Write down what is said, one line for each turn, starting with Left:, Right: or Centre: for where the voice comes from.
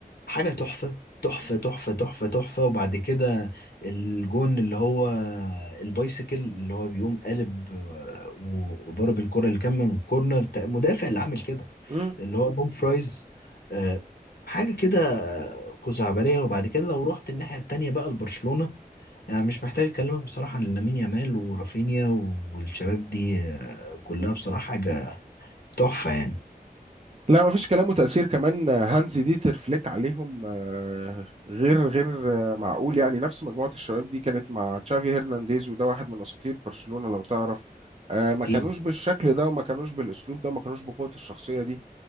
Left: حاجة تحفة تحفة تحفة تحفة تحفة وبعد كده الجون اللي هو البايسيكل اللي هو بيقوم قالب آه، و- وضرب الكرة اللي كان من كورنر تق- مدافع اللي عامل كده
Right: مم.
Left: اللي هو دوم فرايز آه، حاجة كده آه، خزعبلية وبعد كده لو رحت الناحية التانية بقى لبرشلونة يعني مش محتاج أكلمك بصراحة عن لامين يامال ورافينيا والشباب دي آه، كلها بصراحة حاجة تحفة يعني
Right: لا مفيش كلام وتأثير كمان هانز ديتر فليك عليهم آه، غير غير آه، معقول يعني نفس مجموعة الشباب دي كانت مع تشافي هرنانديز وده واحد من أساطير برشلونة لو تعرف آه، ما
Left: أكيد
Right: كانوش بالشكل ده وما كانوش بالأسلوب ده ما كانوش بقوة الشخصية دي